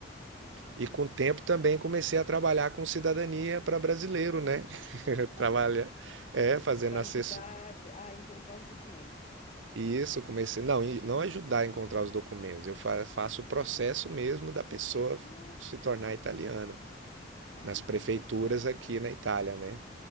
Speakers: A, on the left (about 40°); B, on the right (about 85°).
A: uhum.
B: E com o tempo também comecei a trabalhar com cidadania para brasileiro, né? <laughs>
A: Olha,
B: Trabalha, é, fazendo
A: para
B: assess-
A: ajudar a encontrar os documentos.
B: E isso, comecei. Não, e não ajudar a encontrar os documentos. Eu fa- faço o processo mesmo da pessoa
A: Ah,
B: se tornar italiana,
A: ah,
B: nas prefeituras
A: que interessante.
B: aqui na Itália, né?